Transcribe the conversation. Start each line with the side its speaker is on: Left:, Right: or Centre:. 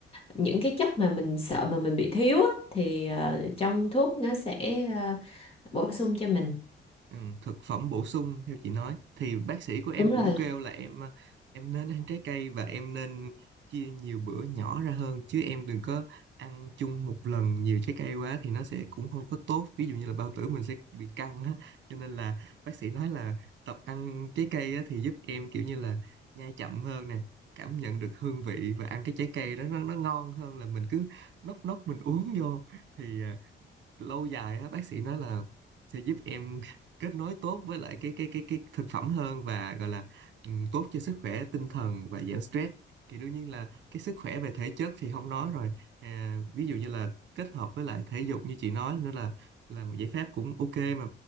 Left: những cái chất mà mình sợ mà mình bị thiếu á, thì ờ, trong thuốc nó sẽ ờ, bổ sung cho mình
Right: ừ, thực phẩm bổ sung theo chị nói thì bác sĩ của em
Left: đúng rồi
Right: cũng kêu là em ờ, em nên ăn trái cây và em nên chia nhiều bữa nhỏ ra hơn chứ em đừng có ăn chung một lần nhiều trái cây quá thì nó sẽ cũng không có tốt ví dụ như là bao tử mình sẽ bị căng á cho nên là bác sĩ nói là tập ăn trái cây á, thì giúp em kiểu như là nhai chậm hơn nè cảm nhận được hương vị và ăn cái trái cây đó nó nó ngon hơn là mình cứ nốc nốc mình uống vô thì à, lâu dài á bác sĩ nói là sẽ giúp em <laughs> kết nối tốt với lại cái cái cái cái thực phẩm hơn và gọi là ừm, tốt cho sức khỏe tinh thần và giảm stress thì đương nhiên là cái sức khỏe về thể chất thì không nói rồi à, ví dụ như là kết hợp với lại thể dục như chị nói nữa là là một giải pháp cũng ok mà